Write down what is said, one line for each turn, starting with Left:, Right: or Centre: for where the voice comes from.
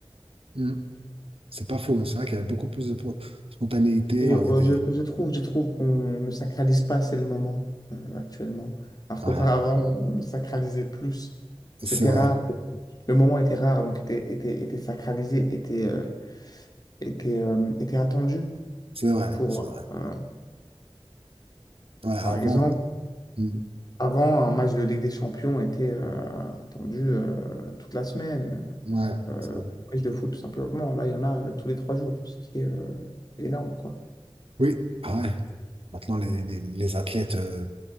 Right: Mm. C'est pas faux. C'est vrai qu'il y avait beaucoup plus de pro- spontanéité.
Left: Et
Right: On
Left: euh,
Right: était.
Left: je, je trouve, je trouve qu'on ne sacralise pas assez le moment euh, actuellement. Alors
Right: Ouais,
Left: qu'auparavant, on le sacralisait plus. C'était
Right: c'est vrai.
Left: rare. Le moment était rare, donc était, était, était sacralisé, était, euh, était, euh, était attendu.
Right: C'est vrai,
Left: Pour,
Right: c'est vrai.
Left: euh,
Right: Ouais, avant.
Left: par exemple,
Right: Mm.
Left: avant, un match de Ligue des Champions était euh, attendu euh, toute la semaine.
Right: Ouais,
Left: Euh,
Right: c'est vrai.
Left: match de foot, tout simplement. Là, il y en a euh, tous les trois jours, ce qui est euh, énorme, quoi.
Right: Oui, ah ouais. Maintenant, les, les, les athlètes. euh,